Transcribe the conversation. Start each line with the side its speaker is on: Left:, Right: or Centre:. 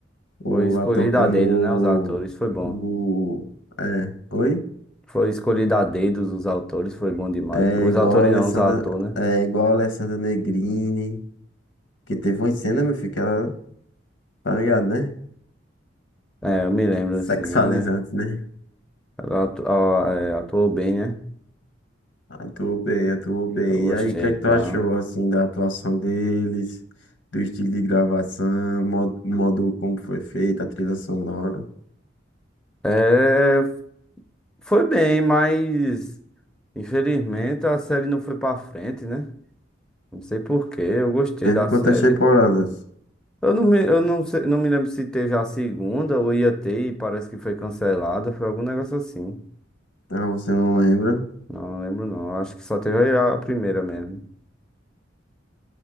Left: O
Centre: Foi escolhido
Left: ator como
Centre: a dedo, né? Os atores, foi bom.
Left: o... É, oi?
Centre: Foi escolhido a dedo os autores, foi bom demais.
Left: É
Centre: Os
Left: igual
Centre: autores
Left: a Alessandra,
Centre: não, os atores, né?
Left: é igual a Alessandra Negrini, que teve uma cena, meu filho, que ela, tá ligado, né?
Centre: É, eu me lembro,
Left: Sexualizante,
Centre: assim, ela,
Left: né?
Centre: ela atu- ó, é, atuou bem, né?
Left: ah, Atuou bem, atuou bem.
Centre: Eu gostei,
Left: E aí, o que é
Centre: então.
Left: que tu achou, assim, da atuação deles, do estilo de gravação, modo, modo como foi feita, a trilha sonora?
Centre: É, foi bem, mas infelizmente a série não foi pra frente, né? Não sei por quê, eu gostei
Left: Teve
Centre: da
Left: quantas
Centre: série.
Left: temporadas?
Centre: Eu não me, eu não sei, não me lembro se teve a segunda ou ia ter e parece que foi cancelada, foi algum negócio assim.
Left: Ah, você não lembra?
Centre: Não lembro não, acho que só teve a a primeira mesmo.